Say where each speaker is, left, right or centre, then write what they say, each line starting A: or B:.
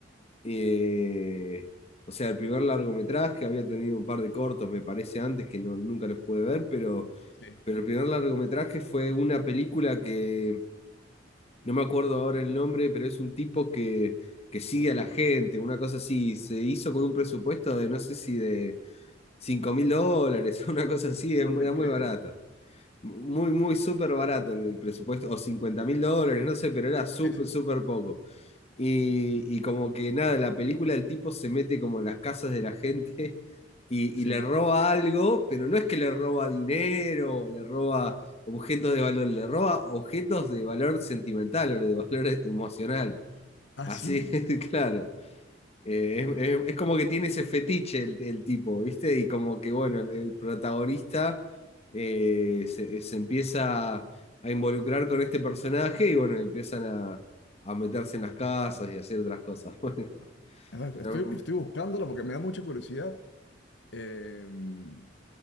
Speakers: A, on the left; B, on the left.
A: eh, o sea, el primer largometraje, había tenido un par de cortos, me parece, antes, que no, nunca los pude ver, pero,
B: Sí,
A: pero el primer largometraje fue una película que no me acuerdo ahora el nombre, pero es un tipo que, que sigue a la gente, una cosa así, se hizo con un presupuesto de no sé si de cinco mil dólares, <laughs> una cosa así, es mu-
B: No te
A: era muy
B: creo.
A: barato. Muy, muy súper barato el presupuesto, o cincuenta mil dólares, no sé, pero era súper,
B: sí, sí, sí.
A: súper poco. Y, y como que nada, en la película el tipo se mete como en las casas de la gente <laughs> y,
B: Sí.
A: y le roba algo, pero no es que le roba dinero, o le roba objetos de valor, le roba objetos de valor sentimental o de valor emocional.
B: Ah,
A: Así,
B: sí.
A: <laughs> claro. Eh, es, es- es como que tiene ese fetiche el, el tipo, ¿viste? Y como que, bueno, el, el protagonista eh, se, se empieza a involucrar con este personaje y, bueno, empiezan a, a meterse en las casas y a hacer otras cosas. <laughs> Bueno,
B: A ver,
A: pero,
B: estoy,
A: mm,
B: estoy buscándola porque me da mucha curiosidad. Em,